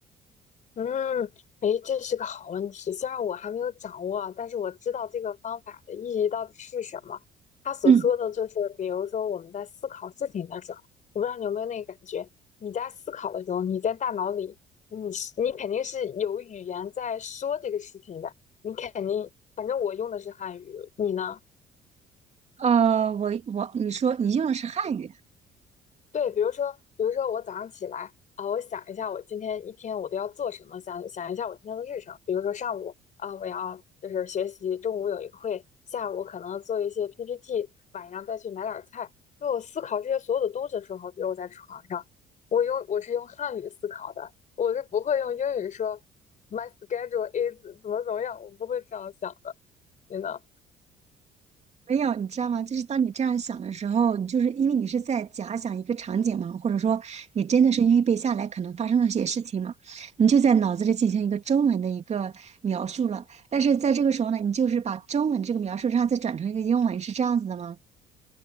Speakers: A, on the left; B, on the right.
A: 嗯，哎，这是个好问题。虽然我还没有掌握啊，但是我知道这个方法的意义到底是什么。他所说的就是，
B: 嗯，
A: 比如说我们在思考事情的时候，我不知道你有没有那个感觉，你在思考的时候，你在大脑里，你是你肯定是有语言在说这个事情的，你肯定，反正我用的是汉语，你呢？
B: 呃，我我你说你用的是汉语。
A: 对，比如说，比如说我早上起来啊，我想一下我今天一天我都要做什么，想想一下我今天的日程。比如说上午啊，我要就是学习，中午有一个会，下午可能做一些 PPT，晚上再去买点儿菜。就我思考这些所有的东西的时候，比如我在床上，我用我是用汉语思考的，我是不会用英语说 my schedule is 怎么怎么样，我不会这样想的。你呢？
B: 没有，你知道吗？就是当你这样想的时候，你就是因为你是在假想一个场景嘛，或者说你真的是预备下来可能发生的一些事情嘛，你就在脑子里进行一个中文的一个描述了。但是在这个时候呢，你就是把中文这个描述，上再转成一个英文，是这样子的吗？